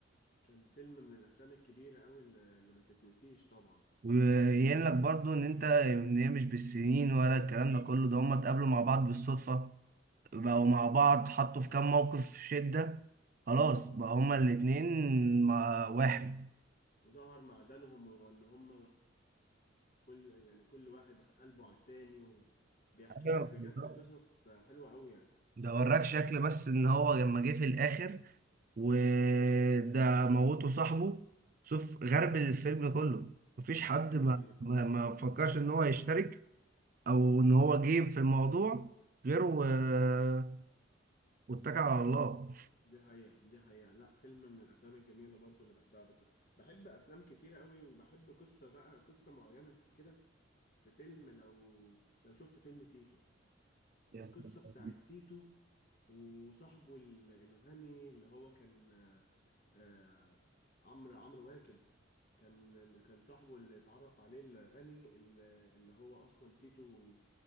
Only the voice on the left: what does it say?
كان فيلم من الأفلام الكبيرة أوي اللي اللي ما تتنسيش طبعا
ظهر معدنهم وان هم كل يعني كل واحد قلبه على التاني وبيحكي
لك بجد
قصص حلوة قوي يعني
دي
حقيقة
دي حقيقة دي حقيقة لا فيلم من الافلام الجميلة برضو اللي بحبها بت... بحب افلام كتيرة قوي وبحب قصة بقى قصة معينة كده في فيلم لو لو شفت فيلم تيتو
القصة
بتاعت تيتو وصاحبه ال- الغني اللي هو كان آه، آه، عمرو عمرو واكد كان كان صاحبه اللي اتعرف عليه الغني اللي اللي هو اصلا تيتو